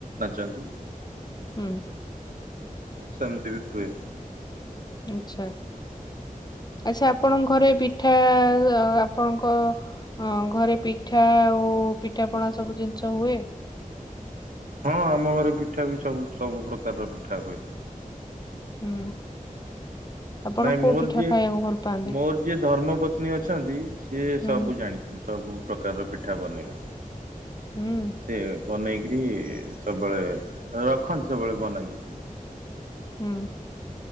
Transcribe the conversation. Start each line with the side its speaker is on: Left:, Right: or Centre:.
Right: ନାଚନ୍ତି
Left: ହୁଁ
Right: ସେମିତି ବି ହୁଏ
Left: ଆଚ୍ଛା ଆଚ୍ଛା ଆପଣଙ୍କ ଘରେ ପିଠା ଆପଣଙ୍କ ହଁ ଘରେ ପିଠା ଆଉ ପିଠା ପଣା ସବୁ ଜିନିଷ ହୁଏ
Right: ହଁ ଆମ ଘରେ ପିଠା ବି ସବୁ ସବୁ ପ୍ରକାରର ପିଠା ହୁଏ
Left: ହୁଁ ଆପଣ
Right: ନାଇଁ
Left: କୋଉ
Right: ମୋର
Left: ପିଠା
Right: ଯିଏ
Left: ଖାଇବାକୁ ଭଲ ପାଆନ୍ତି
Right: ମୋର ଯିଏ ଧର୍ମ ପତ୍ନୀ ଅଛନ୍ତି ସିଏ
Left: ହୁଁ
Right: ସବୁ ଜାଣିଛନ୍ତି ସବୁ ପ୍ରକାରର ପିଠା ବନେଇବା
Left: ହୁଁ
Right: ସେ ବନେଇକରି ସବୁବେଳେ ରଖନ୍ତି ସବୁବେଳେ ବନେଇକିରି
Left: ହୁଁ